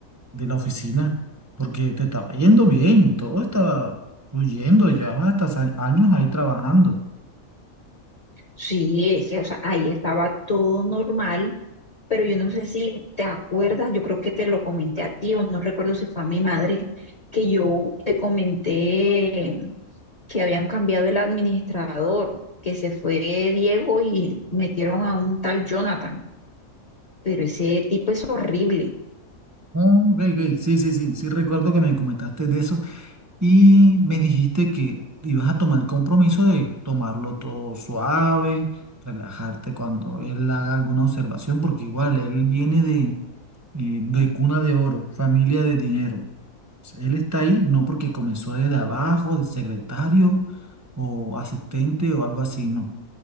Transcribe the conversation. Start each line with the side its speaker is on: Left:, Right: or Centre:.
Right: de la oficina, porque te estaba yendo bien, todo estaba fluyendo, llevabas hasta sa- años ahí trabajando.
Left: Sí, es que, o sea, ahí estaba todo normal. pero yo no sé si te acuerdas, yo creo que te lo comenté a ti o no recuerdo si fue a mi madre, que yo te comenté que habían cambiado el administrador, que se fue Diego y metieron a un tal Jonathan, pero ese tipo es horrible.
Right: Ah, ok, ok, sí, sí, sí, sí recuerdo que me comentaste de eso y me dijiste que ibas a tomar el compromiso de tomarlo todo suave, relajarte cuando él haga alguna observación, porque igual él viene de, eh, de cuna de oro, familia de dinero. O sea, Él está ahí no porque comenzó desde abajo, de secretario o asistente o algo así, no.